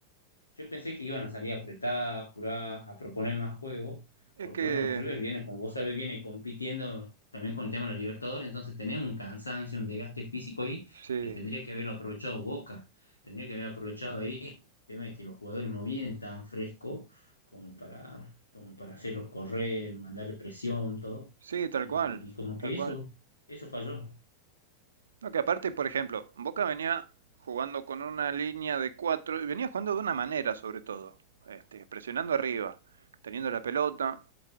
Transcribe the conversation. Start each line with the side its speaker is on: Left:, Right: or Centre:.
Left: yo pensé que iban a salir apretadas, apuradas, a proponer más juego,
Right: Es
Left: porque
Right: que
Left: bueno, River viene, como vos sabés, viene compitiendo también con el tema de la Libertadores, entonces tenés un cansancio, un desgaste físico ahí
Right: sí,
Left: que tendría que haberlo aprovechado Boca, tendría que haber aprovechado ahí el tema de que los jugadores no vienen tan frescos como para, como para hacerlos correr, mandarle presión, todo,
Right: sí, tal
Left: y,
Right: cual,
Left: y como
Right: tal
Left: que
Right: cual.
Left: eso, eso falló.
Right: No, que aparte, por ejemplo, Boca venía jugando con una línea de cuatro, y venía jugando de una manera sobre todo, este, presionando arriba, teniendo la pelota,